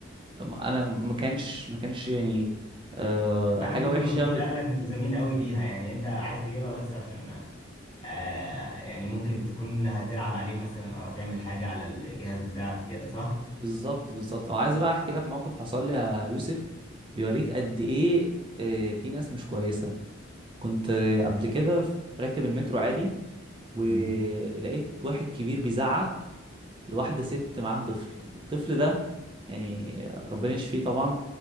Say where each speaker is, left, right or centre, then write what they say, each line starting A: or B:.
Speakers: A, on the right; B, on the left.
A: انا ما كانش ما كانش يعني أه
B: حاجه
A: حاجه
B: ممكن
A: وحشه
B: ما يكونش
A: و-
B: اهلك ملزمين قوي بيها يعني انت عايز تجيبها بس عشان آه يعني ممكن تكون هتلعب عليه مثلا او هتعمل حاجه على الجهاز بتاعك كده صح
A: بالظبط بالظبط او عايز بقى احكي لك موقف حصل لي يا يوسف بيوريك قد ايه آه، في ناس مش كويسه كنت آه، قبل كده في- راكب المترو عادي ولقيت
B: مم.
A: واحد كبير بيزعق لواحدة ست معاها طفل الطفل ده يعني ربنا يشفيه طبعا